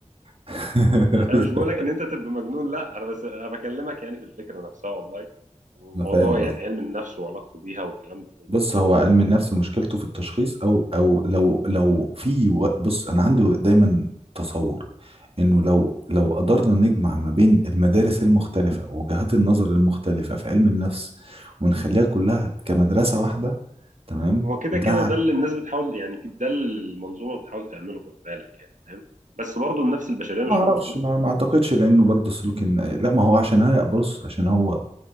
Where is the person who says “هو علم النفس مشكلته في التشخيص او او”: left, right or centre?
Right